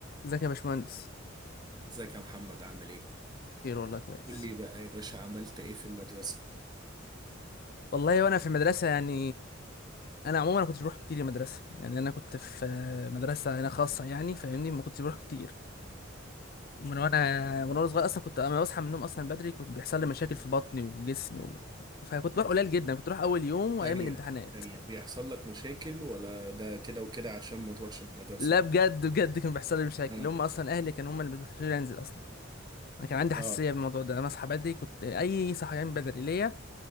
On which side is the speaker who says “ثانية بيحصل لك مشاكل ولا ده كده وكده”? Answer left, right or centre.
Right